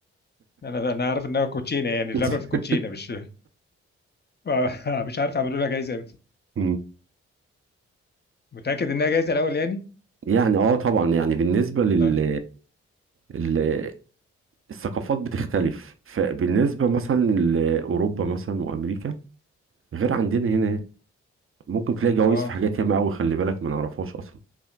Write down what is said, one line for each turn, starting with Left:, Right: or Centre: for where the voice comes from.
Left: انا انا عارف انها كوتشينة يعني اللعبة
Right: <laughs>
Left: في كوتشينة مش <laughs> مش عارف اعملوا لها جايزة امتى
Right: <laughs>
Left: متأكد انها جايزة الأول يعني؟
Right: يعني اه طبعا يعني بالنسبة لل
Left: اه
Right: ال- الثقافات بتختلف فبالنسبة مثلا لأوروبا مثلا وأمريكا غير عندنا هنا ممكن تلاقي جوائز
Left: اه
Right: في حاجات ياما قوي خلي بالك ما نعرفهاش أصلا